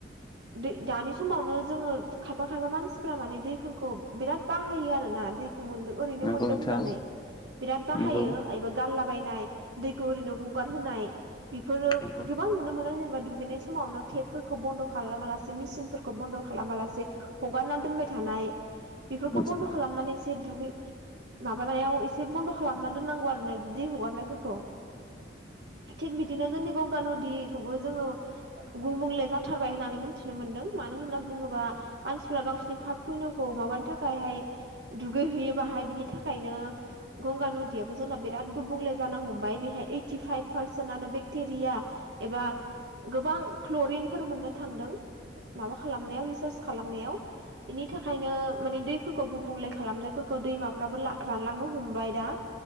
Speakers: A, on the right; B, on the left.
A: दै दानि समावनो जोङो खायफा खायफा मानसिफ्रा माने दैफोरखौ बिराद बाहायो आरोोना दैखौ मोन ओरैनो
B: नंगौ
A: मोनदों
B: नोंथां
A: होननानै बिराद बाहायो
B: नंगौ
A: एबा गारलाबायायनाय दैखौ ओरैनो गगारहोनाय बेफोरो
B: नंगौ
A: गोबां नुनो मोनो जेनेबा दुगैनाय समावनो टेपफोरखौ बन्द' खालामा लासे मेसिनफोरखौ बन्द' खालामा लासे हगारनानै दोनबाय थानाय बेफोरखौ
B: नंगौ
A: बन्द' खालामनानै एसे दुगै माबानायाव एसे बन्द' खालामना दोननांगौ आरोोना बिदि हगारनायफोरखौ थिग बिदिनो जोंनि गंगा नदिखौबो जोङो गुबुंले जाथारबाय होननानै मिथिनो मोन्दों मानो होनना बुङोबा मानसिफ्रा गावसोरनि फााब फुंनावखौ माबानो थाखायहाय दुगैहैयो बाहाय बिनि थाखायनो गंगा नुदियावबो जोंना बिराद गुबुंले जानो हमबाय बेहाय इटि फाइभ पारसेन्टनो बेक्टेरिया एबा गोबां क्ल'रिनफोर मोननो थांदों माबा खालामनायाव रिसार्च खालामनायाव बेनि थाखायनो माने दैफोरखौ गुबुंले खालामनायफोरखौ दैमा <unintelligible> रानलांनो हमबाय दा